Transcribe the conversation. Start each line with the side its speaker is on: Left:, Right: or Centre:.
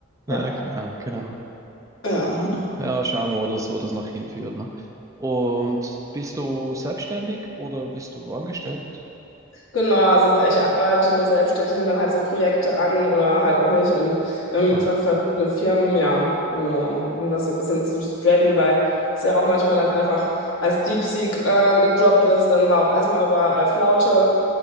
Right: Ja,
Left: Ja.
Right: genau, genau.
Left: Ja.
Right: Ja, schauen wir, wo das, wo das noch hinführt. Ne? Und bist du selbstständig oder bist du angestellt?
Left: Genau, also ich arbeite nur selbstständig, nehme dann halt so Projekte an oder halt auch nicht und ähm,
Right: Ah,
Left: für verschiedene Firmen, ja, genau, um das so ein bisschen zu spreaden, weil es ja auch manchmal dann einfach als DeepSeek äh, gedroppt ist, dann war auch erstmal überall Flaute.